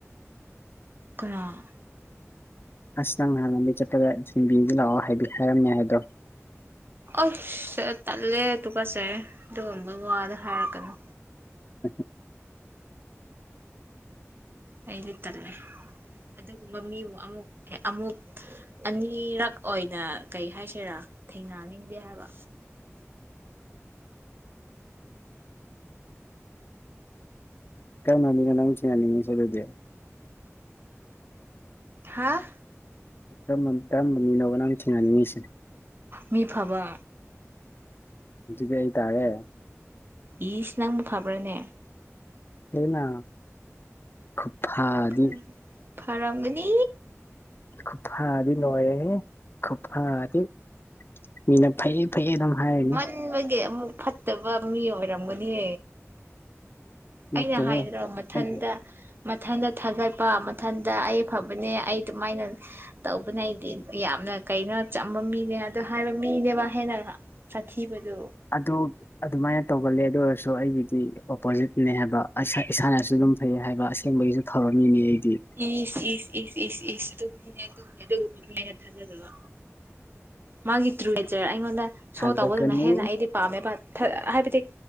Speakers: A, on the right; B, on the left.
A: ꯀꯥꯅꯥ
B: ꯑꯁ ꯅꯪ ꯅꯍꯥꯟ ꯂꯝꯕꯤ ꯆꯠꯄꯗ ꯊꯤꯟꯕꯤꯒꯦ ꯂꯥꯛꯑꯣ ꯍꯥꯏꯕꯤ ꯍꯥꯏꯔꯝꯃꯦ ꯍꯥꯏꯗꯣ
A: ꯑꯁ ꯇꯠꯂꯦ ꯇꯨꯀꯠꯆꯠꯌ‌ꯦ ꯑꯗꯨꯒꯨꯝꯕ ꯋꯥꯗꯨ ꯍꯥꯏꯔꯛꯀꯅꯨ
B: <unintelligible>
A: ꯑꯩꯗꯤ ꯇꯜꯂꯦ ꯑꯗꯨꯒꯨꯝꯕ ꯃꯤꯕꯨ ꯑꯃꯨꯛ ꯑꯃꯨꯛ ꯑꯅꯤꯔꯛ ꯑꯣꯏꯅ ꯀꯩ ꯍꯥꯏꯁꯤꯔꯥ ꯊꯦꯡꯅꯅꯤꯡꯗꯦ ꯍꯥꯏꯕ
B: ꯀꯔꯝꯕꯥ ꯃꯤꯅ‌ꯣ ꯅꯪ ꯊꯦꯡꯅꯅꯤꯡꯉꯤꯁꯦ ꯑꯥꯗꯨꯗꯤ
A: ꯍꯥꯥ
B: ꯀꯔꯝꯕ ꯃꯤꯅꯣꯕ ꯅꯪ ꯊꯦꯡꯅꯅꯤꯡꯉꯤꯁꯦ
A: ꯃꯤ ꯐꯕ
B: ꯑꯗꯨꯗꯤ ꯑꯩ ꯇꯥꯔꯦ
A: ꯏꯁ ꯅꯪꯕꯨ ꯐꯥꯕ꯭ꯔꯥꯅꯦ
B: ꯑꯩꯅ ꯈꯨꯊꯗꯤ
A: ꯎꯝ ꯐꯔꯝꯒꯅꯤ
B: ꯈꯨꯐꯗꯤ ꯂꯣꯏꯔꯦꯍꯦ ꯈꯨꯐꯗꯤ ꯃꯤꯅ ꯐꯩꯌꯦ ꯐꯩꯌꯦ ꯑꯗꯨꯝ ꯍꯥꯏꯔꯅꯤ
A: ꯅꯣꯏꯗꯤ ꯑꯃꯨꯛ ꯐꯠꯇꯕ ꯃꯤ ꯑꯣꯏꯔꯝꯒꯅꯤ
B: ꯅꯠꯇꯦꯍꯦ
A: ꯑꯩꯅ ꯍꯥꯏꯗꯔꯣ ꯃꯊꯟꯇ
B: ꯑꯩꯒꯤ
A: ꯃꯊꯟꯇ ꯊꯥꯒꯠꯄ ꯃꯊꯟꯇ ꯑꯩ ꯐꯕꯅꯦ ꯑꯩ ꯑꯗꯨꯃꯥꯏꯅ ꯇꯧꯕꯅꯦ ꯑꯩꯗꯤ ꯌꯥꯝꯅ ꯀꯩꯅꯣ ꯆꯝꯕ ꯃꯤꯅꯦ ꯑꯗ ꯍꯥꯏꯕ ꯃꯤꯅꯦꯕ ꯍꯦꯟꯅ ꯁꯥꯊꯤꯕꯗꯣ
B: ꯑꯗꯣ ꯑꯗꯨꯃꯥꯏꯅ ꯇꯧꯒꯜꯂꯦ ꯑꯗꯨ ꯑꯣꯏꯔꯁꯨ ꯑꯩꯒꯤꯗꯤ ꯑꯣꯄꯣꯖꯤꯠꯅꯦ ꯍꯥꯏꯕ ꯏꯁꯥꯅꯁꯨ ꯑꯗꯨꯝ ꯐꯩ ꯍꯥꯏꯕ ꯑꯁꯦꯡꯕꯒꯤꯁꯨ ꯐꯕ ꯃꯤꯅꯤ ꯑꯩꯗꯤ
A: ꯏꯁ ꯏꯁ ꯏꯁ ꯏꯁ ꯏꯁ ꯑꯗꯨꯒꯤꯅꯦ ꯑꯗꯨ ꯑꯗꯨꯒꯨꯝꯕꯒꯤꯅꯦ ꯑꯩꯅ ꯊꯥꯖꯗꯕ ꯃꯥꯒꯤ ꯇ꯭ꯔꯨꯅꯦꯆꯔ ꯑꯩꯉꯣꯟꯗ ꯁꯣ
B: ꯊꯥꯖꯒꯅꯨ
A: ꯇꯧꯕꯗꯅ ꯍꯦꯟꯅ ꯑꯩꯗꯤ ꯄꯥꯝꯃꯦꯕ ꯍꯥꯏꯕꯗꯤ